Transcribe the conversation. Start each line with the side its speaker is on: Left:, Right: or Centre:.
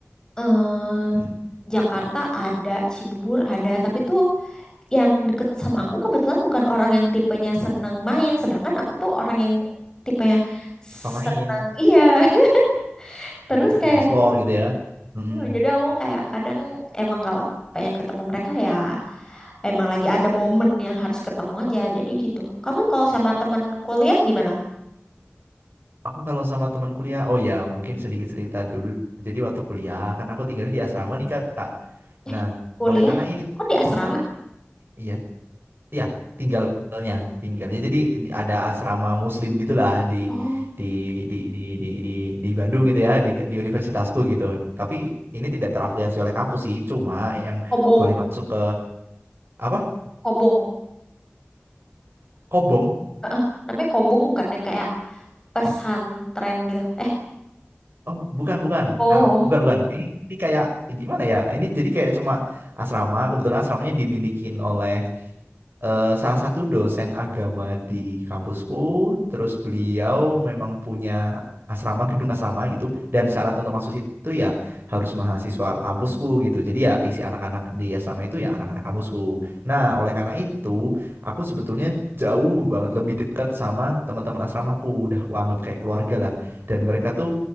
Left: eh
Right: Hmm,
Left: Jakarta ada, Cibubur ada, tapi tuh yang deket sama aku kebetulan bukan orang yang tipenya seneng main, sedangkan aku tuh orang yang tipenya
Right: Suka main,
Left: seneng iya. <laughs> Terus
Right: Hmm,
Left: kayak
Right: explore gitu ya. Mm-mm.
Left: gitu. jadi aku kayak kadang emang kalau pengen ketemu mereka ya emang lagi ada momen yang harus ketemu aja. Jadi gitu. Kamu kalau sama temen kuliah gimana?
Right: Aku kalau sama teman kuliah, oh ya mungkin sedikit cerita dulu. Jadi waktu kuliah kan aku tinggalnya di asrama nih Kak.
Left: Eh,
Right: Nah,
Left: kuliah?
Right: oleh karena itu,
Left: Kok di asrama?
Right: iya, iya tinggalnya, tinggalnya. Jadi di- ada asrama Muslim gitulah di
Left: Oh,
Right: di di di di di, di Bandung gitu ya, di, di universitasku gitu. Tapi ini tidak terafiliasi oleh kampus sih, cuma yang
Left: kobong,
Right: boleh masuk ke apa?
Left: kobong.
Right: Kobong.
Left: Heeh, namanya kobong bukan yang kayak pesantren gitu. Eh,
Right: Oh, bukan, bukan.
Left: oh,
Right: Ah, oh, bukan, bukan. Ini ini kayak gimana ya? Ini jadi kayak cuma asrama kebetulan asramanya dimilikin oleh eh, salah satu dosen agama di kampusku, terus beliau memang punya asrama, gedung asrama gitu, dan syarat untuk masuk situ ya harus mahasiswa kampusku gitu. Jadi ya isi anak-anak di asrama itu ya anak-anak kampusku. Nah, oleh karena itu, aku sebetulnya jauh banget lebih dekat sama teman-teman asramaku, udah aku anggap kayak keluarga lah. Dan mereka tuh